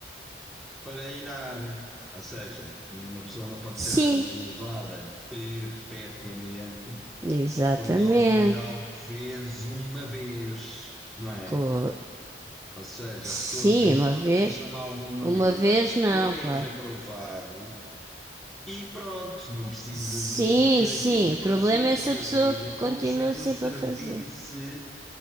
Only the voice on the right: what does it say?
Sim,
exatamente.
Pô,
sim,
uma
vez.
Uma
vez não,
claro.
Sim,
sim.
O
problema é se
a pessoa
continua
sempre
a fazer.